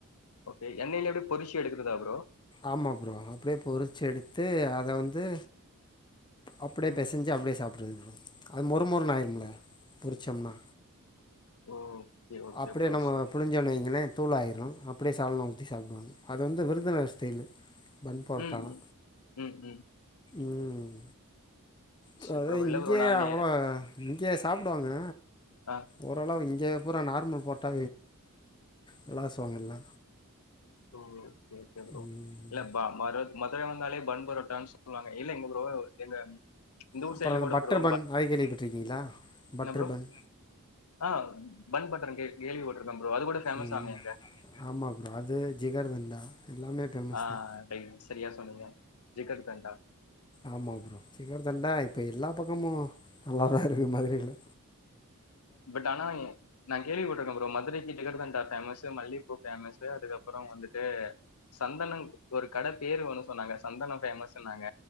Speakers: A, on the left; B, on the left.
A: ஓகே எண்ணெய்லயே அப்டே பொறிச்சி எடுக்குறதா ப்ரோ
B: ஆமா ப்ரோ அப்டியே பொறிச்சி எடுத்து அத வந்து அப்டியே
A: ம்
B: பெசஞ்சு அப்டியே சாப்புட்றது ப்ரோ அது மொறு மொறுன் ஆயிரும்ல பொரிச்சோம்னா
A: ஓகே ஓகே
B: அப்டியே
A: ப்ரோ
B: நம்ம
A: சூப்
B: புழிஞ்சோன்னு வைங்கள தூள் ஆய்ரு அப்டியே சால்னா ஊத்தி சாப்டுவாங் அது வந்து விருதுநகர் ஸ்டைலு பன் பரோட்டாலா
A: ம் ம் ம் ம்
B: ம் ப்ர
A: சூப்பர்
B: அதா
A: ப்ரோ
B: இங்கயே
A: இல்ல ப்ரோ நாங்க
B: அவ்ளோ இங்கயே சாப்டுவாங்க
A: ஆ
B: ஓரளவு இங்கே பூரா நார்மல் போட்டா வ்ளாசுவாங்கல்ல
A: ஓ ஓகே ஓகே ப்ரோ
B: ம்,
A: இல்ல ப மர மதுரை வந்தாலே பன் பரோட்டான் சொல்லுவாங்க இல்ல எங்க ப்ரோ எங்க இந்த ஊர்
B: அப்பறொ
A: சைட்ல
B: அந்த
A: கூட
B: பட்டர்
A: ப்ரோ
B: பன் அத கேள்விப்பட்ருக்கீங்ளா
A: என்ன
B: பட்டர்
A: ப்ரோ
B: பன்
A: ஆ பன் பட்டர் கே கேள்வி பட்ருக்கம் ப்ரோ அதுக் கூட ஃபேமஸாமே
B: ம் ஆமா ப்ரோ அது ஜிகர் தண்டா எல்லாமே ஃபேமஸ்தா
A: ஆ ரைட் சரியா சொன்னீங்க ஜிகர்தண்டா
B: ஆமா ப்ரோ ஜிகர்தண்டா இப்ப எல்லா பக்கமு நல்லாதா இருக்கற மாதிரி இல்ல
A: பட் ஆனா நா கேள்வி பட்ருக்க ப்ரோ மதுரைக்கு ஜிகிர் தண்டா ஃபேமஸு மல்லிப்பூ ஃபேமஸு அதுக்கப்புற வந்துட்டு சந்தனம் ஒரு கட பேர் ஒன்னு சொன்னாங்க சந்தன ஃபேமஸுன்னாங்க